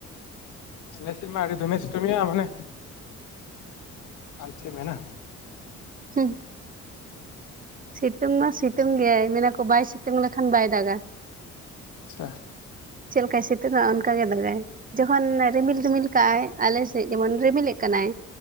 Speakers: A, on the left; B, on the right.
A: ᱟᱞᱮ ᱥᱮᱫ ᱢᱟ ᱟᱹᱰᱤ ᱫᱚᱢᱮᱭ ᱥᱤᱛᱩᱢᱮᱫ-ᱟ ᱢᱟᱱᱮ ᱟᱨ ᱪᱮᱫ ᱢᱮᱱᱟ?
B: ᱦᱩᱸ᱾ ᱥᱤᱛᱩᱝ ᱢᱟ ᱥᱤᱛᱩᱝ ᱜᱮᱭᱟᱭ, ᱢᱮᱱ ᱟᱠᱚ ᱵᱟᱭ ᱥᱤᱛᱩᱝ ᱞᱮᱠᱷᱟᱱ ᱵᱟᱭ ᱫᱟᱜᱟ᱾
A: ᱟᱪᱪᱷᱟ᱾
B: ᱪᱮᱫ ᱞᱮᱠᱟᱭ ᱥᱤᱛᱩᱝᱟ ᱚᱱᱠᱟᱜᱮ ᱫᱟᱜᱟᱭ᱾ ᱡᱚᱠᱷᱚᱱ ᱨᱤᱢᱤᱞ ᱨᱤᱢᱤᱞ ᱠᱟᱜ-ᱟᱭ ᱟᱞᱮ ᱥᱮᱫ ᱡᱮᱢᱚᱱ ᱨᱤᱢᱤᱞᱮᱜ ᱠᱟᱱᱟᱭ᱾